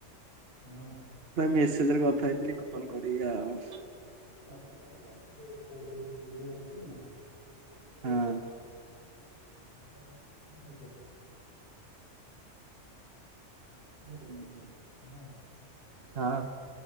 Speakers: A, on the left (about 50°); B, on the right (about 55°).
A: ହଁ।
B: ମେସେଜ ରେ କଥା ହେଇଥିଲି କଲ କରିବି ଆଉ।
A: <unintelligible>
B: ହଁ।
A: କଣ ଖାଇଛ?
B: <inaudible>
A: ହ୍ୟାଲୋ।
B: ହଁ।